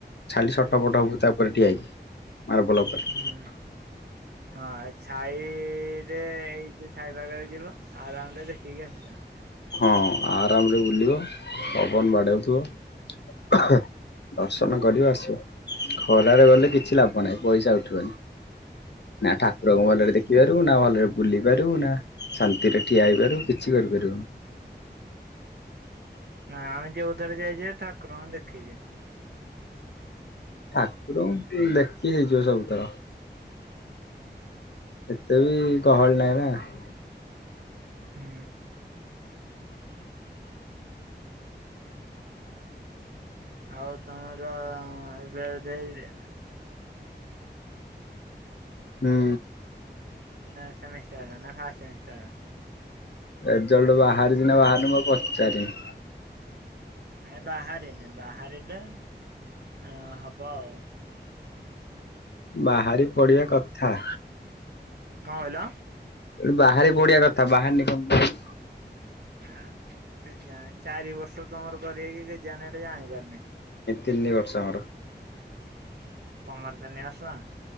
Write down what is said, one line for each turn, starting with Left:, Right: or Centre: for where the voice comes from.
Left: ଖାଲି ଛଟପଟ
Right: ହୁଁ
Left: ହବୁ ତା ପରେ ଠିଆ ହେଇକି। ମାର୍ବଲ ଉପରେ।
Right: ହୁଁ। ହଁ ଛାଇରେ ଏଇ ଯୋଉ ଛାଇପାଗରେ ଯିବ ଆରାମ ଦେଖିକି ଆସିବ।
Left: ହଁ ଆରାମରେ ବୁଲିବ ପବନ ବାଡ଼ଉଥିବ ଦର୍ଶନ କରିବ ଆସିବ। ଖରାରେ
Right: ହୁଁ
Left: ଗଲେ କିଛି ଲାଭ ନାହିଁ। ପଇସା ଉଠିବନି। ନା ଠାକୁରଙ୍କୁ
Right: ହୁଁ
Left: ଭଲରେ ଦେଖି ପାରିବ ନା ଭଲରେ ବୁଲି ପାରୁିବୁ ନା ଶାନ୍ତିରେ ଠିଆ ହେଇପାରିବୁ କିଛି କରିପାରିବୁନି।
Right: ନା ଆମେ ଯଉଥର ଯାଇଛେ ଠାକୁରଙ୍କୁ ଦେଖିଛି।
Left: ଠାକୁର ଦେଖିକି ହେଇଯିବ ସବୁଥର ଏତେ ବି ଗହଳି ନାହିଁ ନା ।
Right: ହୁଁ। ଆଉ ତମର <unintelligible> <unintelligible> ନା
Left: ହୁଁ।
Right: ଫାର୍ଷ୍ଟ ସେମିଷ୍ଟର
Left: ରେଜଲ୍ଟ ବାହାରିଛି ନା ବାହାରନି ମୁଁ ଆଉ ପଚଚାରିନି।
Right: ଏଇ ବାହାରେ। ବାହାରିଲେ ଅଁ ହବ ଆଉ।
Left: ବାହାରି ପଡିବା କଥା।
Right: କଣ କହିଲ?
Left: ବା ବାହାରି ପଡ଼ିବା କଥା ବାହାରିନି କଣ ପାଇଁ
Right: ଆଁ କେ ଜାଣେ ଚାରି ବର୍ଷ ତମର କରିକି କେ ଜାଣେ ସେ ଯାଣି ପାରୁନି।
Left: ତିନିବର୍ଷ ଆମର।
Right: ମୋର ତିନି ବର୍ଷ